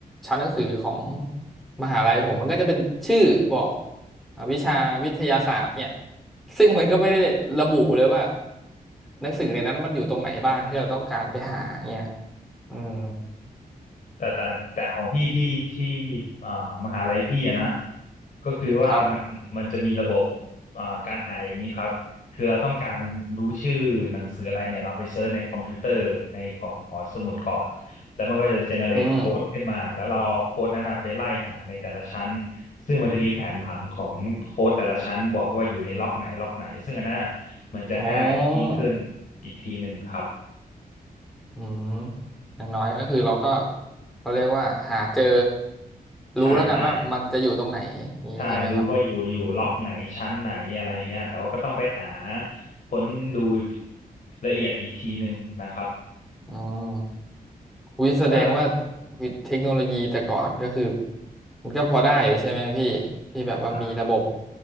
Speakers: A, in the centre; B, on the left.
A: ชั้นหนังสือของมหาลัยผมมันก็จะเป็นชื่อบอกอ่าวิชาวิทยาศาสตร์เนี่ยซึ่งมันก็ไม่ได้ระบุเลยว่าหนังสือในนั้นมันอยู่ตรงไหนบ้างที่เราต้องการไปหาเนี่ยอืม
B: แต่แต่แต่ของพี่ที่ที่อ่ามหาลัยพี่อะนะก็คือว่ามันมันจะมีระบบ
A: ครับ
B: อ่าการหาอย่างนี้ครับคือเราต้องการรู้ชื่อหนังสืออะไรเนี่ยเราไปเซิร์ชในคอมพิวเตอร์ในของหอสมุดก่อนแล้วมันก็จะเจเนเรตโค้ดขึ้นมาแล้วเราเอาโค้ดนั้นนะไปไล่หาในแต่ละชั้น
A: อืม
B: ซึ่งมันจะมีแผนผังของโค้ดแต่ละชั้นบอกว่าอยู่ในล็อกไหนล็อกไหนซึ่งอันน่ะมันจะง่ายยิ่งขึ้น
A: อ๋อ
B: อีกทีหนึ่งครับ
A: อืมอย่างน้อยก็คือเราก็เขาเรียกว่าหาเจอ
B: ใช่ใช่
A: รู้แล้วกันว่ามันจะอยู่ตรงไหนนี้ใช่ไหมครับ
B: ใช่รู้ว่าอยู่อยู่ล็อกไหนชั้นไหนอะไรอย่างเงี้ยแต่ว่าก็ต้องไปหาค้นดูละเอียดอีกทีหนึ่งนะครับ
A: อืมวิแสดงว่า
B: แล้ว
A: วิเทคโนโลยีแต่ก่อนก็คือมันก็พอได้อยู่ใช่ไหมพี่ที่แบบว่ามีระบบ
B: ครับ